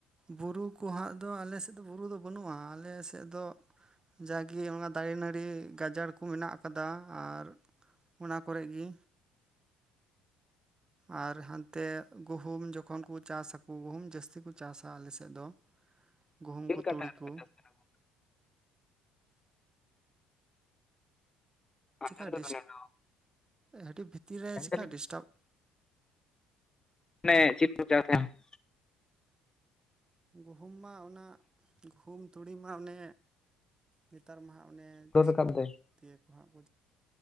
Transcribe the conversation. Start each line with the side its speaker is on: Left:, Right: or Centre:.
Right: ᱵᱩᱨᱩ ᱠᱚ ᱦᱟᱸᱜ ᱫᱚ ᱟᱞᱮ ᱥᱮᱫ ᱫᱚ ᱵᱩᱨᱩ ᱫᱚ ᱵᱟᱹᱱᱩᱜᱼᱟ ᱟᱞᱮ ᱥᱮᱫ ᱫᱚ ᱡᱟᱜᱮ ᱚᱱᱟ ᱫᱟᱨᱮ ᱱᱟᱹᱲᱤ ᱜᱟᱡᱟᱲ ᱠᱚ ᱢᱮᱱᱟᱜ ᱟᱠᱟᱫᱟ ᱟᱨ ᱚᱱᱟ ᱠᱚᱨᱮᱜ ᱜᱤ ᱟᱨ ᱦᱟᱱᱛᱮ ᱜᱩᱦᱩᱢ ᱡᱚᱠᱷᱚᱱ ᱠᱚ ᱪᱟᱥᱟᱚ ᱜᱩᱦᱩᱢ ᱡᱟᱹᱥᱛᱤ ᱠᱚ ᱪᱟᱥᱟ ᱟᱞᱮᱥᱮᱫ ᱫᱚ᱾
Left: <inaudible>
Right: ᱜᱩᱦᱩᱢ ᱠᱚ
Left: ᱞᱮᱠᱟᱱ
Right: ᱛᱩᱲᱤ
Left: ᱴᱟᱭᱤᱢ
Right: ᱠᱚ
Left: ᱨᱮᱯᱮ ᱪᱟᱥ ᱛᱟᱦᱮᱱᱟ ᱜᱚᱝᱠᱮ? ᱟᱸᱡᱚᱢ
Right: ᱪᱮᱠᱟ
Left: ᱫᱟᱵᱮᱱ
Right: ᱰᱤᱥ
Left: ᱦᱮᱞᱳ
Right: ᱟᱹᱰᱤ ᱵᱷᱤᱛᱤᱨ ᱨᱮ
Left: ᱢᱮᱱᱫᱟᱞᱤᱧ
Right: ᱪᱮᱠᱟ ᱰᱤᱥᱴᱟᱵᱽ
Left: <unintelligible>
Right: ᱜᱩᱦᱩᱢ ᱢᱟ ᱚᱱᱟ ᱜᱩᱦᱩᱢ ᱛᱩᱲᱤ ᱢᱟ ᱚᱱᱮ ᱱᱮᱛᱟᱨ ᱢᱟ ᱦᱟᱸᱜ ᱚᱱᱮ
Left: ᱦᱩᱲᱩ
Right: ᱪᱮᱫ
Left: ᱨᱟᱠᱟᱵ ᱫᱟᱭ
Right: ᱫᱤᱭ ᱠᱚ ᱦᱟᱸᱜ ᱠᱚ